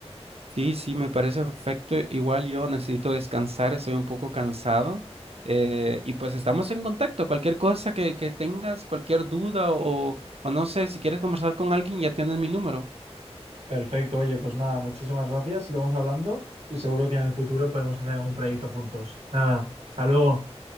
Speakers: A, on the right; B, on the right.
A: Sí, sí, me parece perfecto. Igual yo necesito descansar, estoy un poco cansado. eh, y pues estamos en contacto. Cualquier cosa que, que tengas, cualquier duda o, o no sé, si quieres conversar con alguien, ya tienes mi número.
B: Perfecto, oye, pues nada, muchísimas gracias y vamos hablando y seguro que en el futuro podemos hacer algún proyecto juntos. Nada, hasta luego.